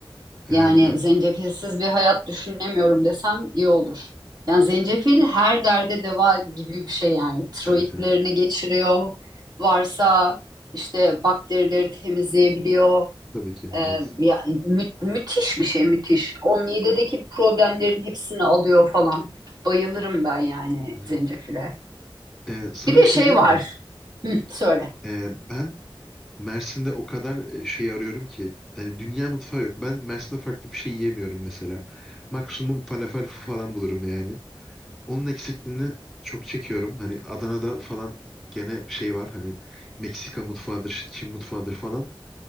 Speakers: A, in the centre; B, on the right.
A: Ee,
B: Yani
A: ya
B: zencefilsiz bir hayat düşünemiyorum desem iyi olur. Yani zencefil her derde deva gibi bir şey yani. Tiroidlerini
A: evet evet
B: geçiriyor. Varsa işte bakterileri temizleyebiliyor.
A: tabii ki
B: Ee,
A: evet.
B: ya mü- müthiş bir şey müthiş. O midedeki problemlerin hepsini alıyor falan. Bayılırım ben yani
A: Evet.
B: zencefile.
A: Ee, sana
B: Bir de
A: bir
B: şey
A: şey diyeyim
B: var.
A: mi?
B: Hı, söyle.
A: Ee, ben Mersin'de o kadar e, şey arıyorum ki hani dünya mutfağı yok. Ben Mersin'de farklı bir şey yiyemiyorum mesela. Maksimum falafel falan bulurum yani. Onun eksikliğini çok çekiyorum. Hani Adana'da falan gene şey var hani Meksika mutfağıdır, Çin mutfağıdır falan.